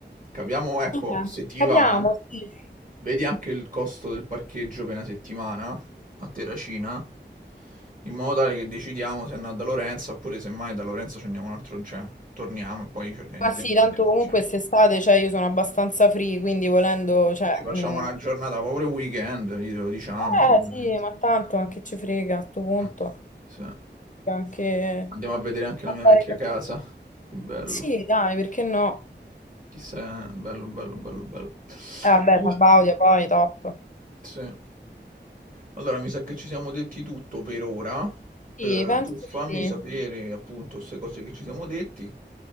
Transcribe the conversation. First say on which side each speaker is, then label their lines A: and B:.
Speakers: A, on the right; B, on the left.
A: capiamo, ecco,
B: Eh,
A: se ti
B: capiamo,
A: va,
B: sì.
A: vedi anche il costo del parcheggio per una settimana a Terracina, in modo tale che decidiamo se andare da Lorenzo oppure semmai da Lorenzo ci andiamo un altro, cioè torniamo e poi ci organizziamo.
B: Ma sì, tanto
A: andiamo,
B: comunque
A: cioè.
B: quest'estate, cioè, io sono abbastanza free, quindi volendo, cioè...
A: Ci facciamo
B: mm,
A: una giornata, proprio il weekend, glielo diciamo
B: Eh
A: sicuramente.
B: sì, ma tanto, ma che ci frega a sto punto?
A: Ah, sì.
B: Anche...
A: Andiamo a vedere anche
B: andare
A: la mia vecchia
B: così.
A: casa, che bello.
B: Sì, dai, perché no?
A: Chissà, eh, bello, bello, bello, bello.
B: Eh vabbè,
A: Vabbè,
B: Sabaudia poi, top.
A: sì. Allora, mi sa che ci siamo detti tutto per ora.
B: Sì,
A: Eh,
B: penso
A: tu fammi
B: di sì.
A: sapere appunto queste cose che ci siamo detti.